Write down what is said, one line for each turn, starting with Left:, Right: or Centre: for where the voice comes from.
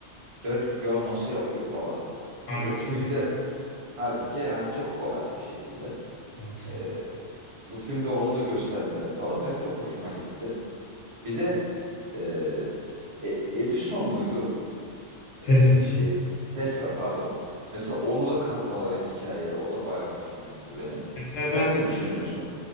Right: Derdik ya nasıl yapıyor falan.
Left: Halbuki
Right: Mesela bu filmde halbuki yani çok kolay bir şekilde.
Left: evet.
Right: e, bu filmde onu da göstermeleri falan benim çok hoşuma gitti. Bir de e, E- Edison muydu?
Left: Tesla.
Right: E, şey Tesla pardon. Mesela onu da katmaları hikayeye o da baya hoşuma gitti benim.
Left: Mesela
Right: Sen
Left: ben
Right: ne düşünüyorsun?